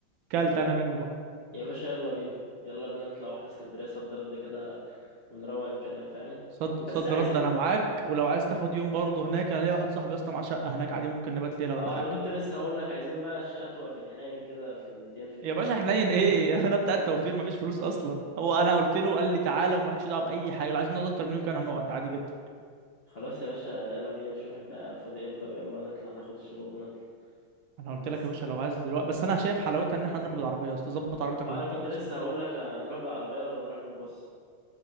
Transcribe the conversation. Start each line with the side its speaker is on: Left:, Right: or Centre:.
Right: كلت
Left: طب
Right: انا منه بقى
Left: يا باشا يلا بينا يلا بينا نطلع واحدة اسكندرية صد رد كده ونروق الكلام فاهم
Right: صد
Left: بس
Right: صد
Left: عايزين
Right: رد انا معاك ولو عايز تاخد يوم برضه هناك انا ليا واحد صاحبي يا اسطى معاه شقه هناك عادي ممكن نبات ليله
Left: اه
Right: ولا حاجه
Left: انا كنت لسه هقول لك عايزين بقى الشقه تبقى في الحنين كده في ال 200 في ال
Right: يا
Left: 300
Right: باشا حنين
Left: <laughs>
Right: ايه <laughs> انا بتاع التوفير مفيش فلوس اصلا هو انا قلت له قال لي تعالى ومالكش دعوه باي حاجه لو عايز نقعد اكتر من يوم كان هنقعد عادي جدا
Left: خلاص يا باشا يلا بينا نشوف انت فاضي امتى ويلا نطلع ناخد الشباب ونطلع
Right: انا قلت
Left: بس
Right: لك يا باشا لو عايز دلوقتي بس انا شايف حلاوتها ان احنا نروح بالعربيه يا اسطى ظبط عربيتك
Left: اه
Right: ونطلع
Left: انا كنت لسه هقول لك هنروح بالعربيه ولا نروح بالباص